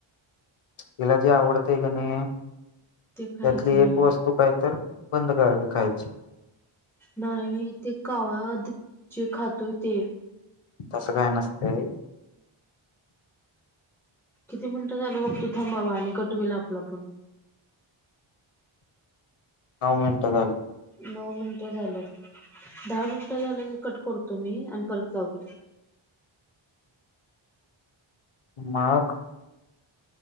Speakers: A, on the left (about 80°); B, in the centre.
A: तिला जे आवडतय. कणी
B: ते खायचं
A: त्यातली.
B: नाही
A: एक वस्तू काय तर, बंद करायच खायचं.
B: नाही. इथे कावळा जे खातोय. ते
A: तसं काय नसतय.
B: किती मिनिटं झालं बघतो. थांब बाबा आणि कट होईल, आपला पण
A: नऊ मिनटं झाली.
B: नऊ मिनिटं झाल्यात, दहा मिनिटं झालं की कट करतो. मी आणि परत लावतो.
A: मग,